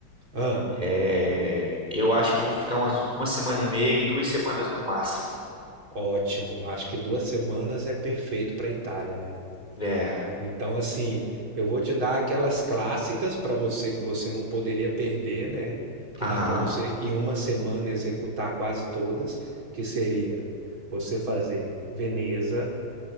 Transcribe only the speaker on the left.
É, eu acho que eu vou ficar umas, uma semana e meia, duas semanas no máximo.
É,
aham,